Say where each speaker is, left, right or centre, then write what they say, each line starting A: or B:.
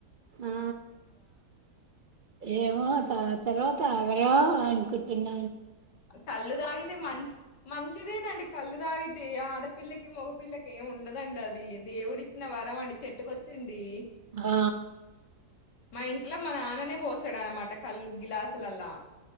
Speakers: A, on the right; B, on the left.
A: ఆ ఏమో త తర్వాత ఆగరా అ కిట్టింద
B: కళ్ళు తాగితే మంచి మంచిదేనండి కళ్ళు తాగితే ఆడపిల్కి ముఖపిల్లకి ఏం ఉండదండి అది ది దేవుడిచ్చిన వరం అండి చెట్టుకొచ్చింది
A: ఆ
B: మా ఇంట్లో మా నాన్ననే పోసాడు అనమాట కళ్ళు గ్లాసులల్లా